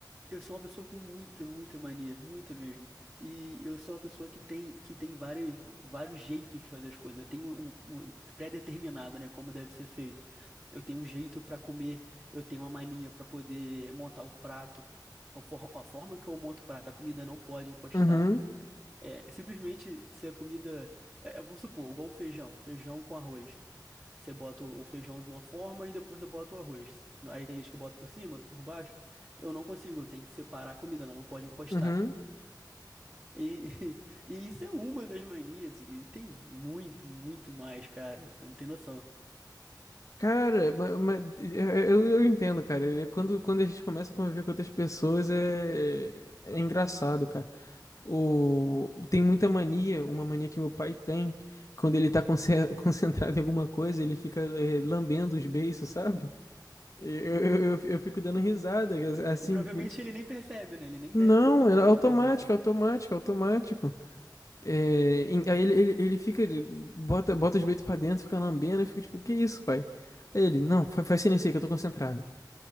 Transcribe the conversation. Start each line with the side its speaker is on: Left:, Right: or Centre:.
Right: Eu sou uma pessoa com muita, muita mania, muita mesmo. E eu sou uma pessoa que tem, que tem várias, vários jeitos de fazer as coisas. Eu tenho um, um pré-determinado, né, como deve ser feito. Eu tenho um jeito para comer, eu tenho uma mania para poder montar o prato. A, for- a forma que eu monto o prato, a comida não pode encostar.
Left: Uhum,
Right: É simplesmente se a comida, é, vamos supor, igual o feijão, o feijão com arroz. Você bota o o feijão de uma forma e depois você bota o arroz. Aí tem gente que bota por cima, outro por baixo. Eu não consigo, eu tenho que separar a comida, ela não pode encostar.
Left: uhum.
Right: E, <laughs> e isso é uma das manias, e tem muito, muito mais, cara, você não tem noção.
Left: Cara, ma- ma- é- é- eu, eu entendo, cara. Ele- Quando, quando a gente começa a conviver com outras pessoas, é, é engraçado, cara. O, tem muita mania, uma mania que meu pai tem. Quando ele tá conce- <laughs> concentrado em alguma coisa, ele fica eh, lambendo os beiços, sabe? Eu, eu, eu, eu fico dando risada, assim.
Right: E provavelmente ele nem percebe, né? Ele nem
Left: Não,
Right: deve notar
Left: é automático,
Right: que ele fez isso, né?
Left: automático, automático. É, em- aí ele, ele, ele fica, ele bota, bota os beitos pra dentro, fica lambendo, eu fico tipo, que isso, pai? Aí ele, não, fa- faz silêncio aí que eu tô concentrado.